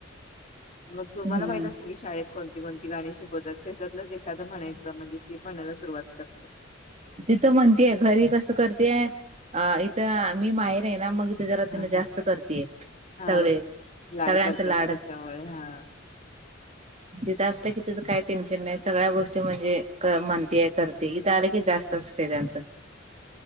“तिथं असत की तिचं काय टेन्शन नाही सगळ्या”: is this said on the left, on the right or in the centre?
Right